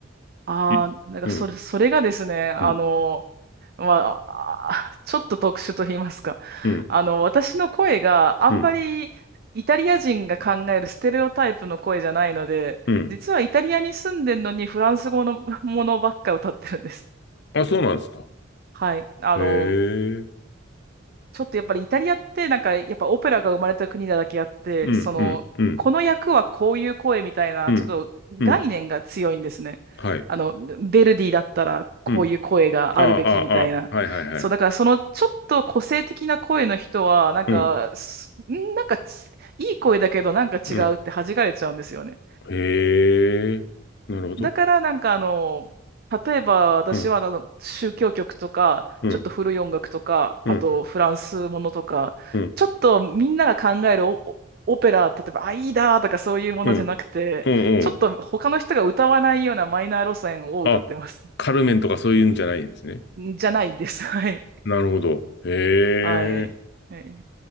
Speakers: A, on the right; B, on the left.
A: ああ、
B: い、
A: なんかそれ、
B: うん、
A: それがですね、あのまあ、
B: うん、
A: あちょっと特殊と言いますか。
B: うん、
A: あの、私の声があんまりイタリア人が考えるステレオタイプの声じゃないので、
B: うん、うん。
A: 実はイタリアに住んでるのにフランス語のものばっか歌ってるんです。
B: あ、そうなんですか。
A: はい。あの、
B: へえ。
A: ちょっとやっぱりイタリアってなんかやっぱオペラが生まれた国なだけあって、
B: うん、
A: その、
B: うん、うん。
A: この役はこういう声みたいな、
B: うん。
A: ちょっと概念が強いんですね。
B: うん。はい。
A: あの、ヴェルディだったらこういう声があるべきみたいな。
B: うん。ああ、ああ、ああはいはいはい。
A: そう、だからそのちょっと個性的な声の人は、なんか、
B: うん。
A: すんなんかちいい声だけどなんか違うって弾かれちゃうんですよね。
B: うん。へえ。なるほど。
A: だからなんかあの、例えば私はあの宗教曲とか、
B: うん。うん。
A: ちょっと古い音楽とか、
B: うん。
A: あとフランスものとか、
B: うん。
A: ちょっとみんなが考えるオ、オオペラ、例えばアイダーとかそういうものじゃなくて、
B: うん。うん。
A: ちょっと他の人が歌わないようなマイナー路線を歌ってます。
B: うん。あ、カルメンとかそういうんじゃないんですね。
A: じゃないです。はい
B: なるほど。へえ。
A: はい。はい。